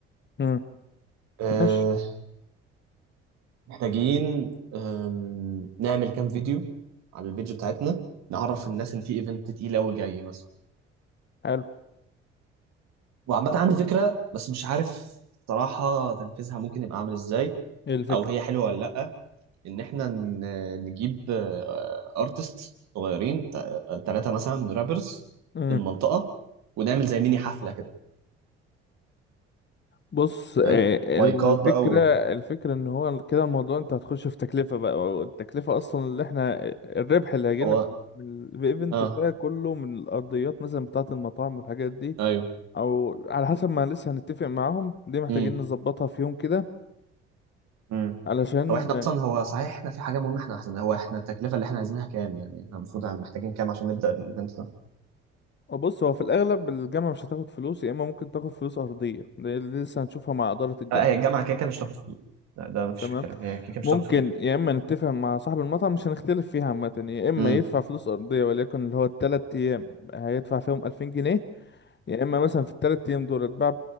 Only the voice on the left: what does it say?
مم.
ماشي
حلو
ايه الفكرة
مم.
بص آه،
الفكرة
الفكرة ان هو كده الموضوع انت هتخش في تكلفة بقى والتكلفة اصلا اللي احنا الربح اللي هيجيلنا
من الايفنت
ده كله من الارضيات مثلا بتاعة المطاعم والحاجات دي
او على حسب ما لسه هنتفق معاهم دي محتاجين
نظبطها في يوم كده
علشان
آه، بص هو في الأغلب الجامعة مش هتاخد فلوس يا إما ممكن تاخد فلوس أرضية ده اللي لسه هنشوفها مع إدارة الجامعة
تمام
ممكن
يا إما نتفق مع صاحب المطعم مش هنختلف فيها عامة يا إما
يدفع فلوس أرضية وليكن اللي هو التلات أيام هيدفع فيهم ألفين جنيه يا إما مثلا في التلات أيام دول اتباع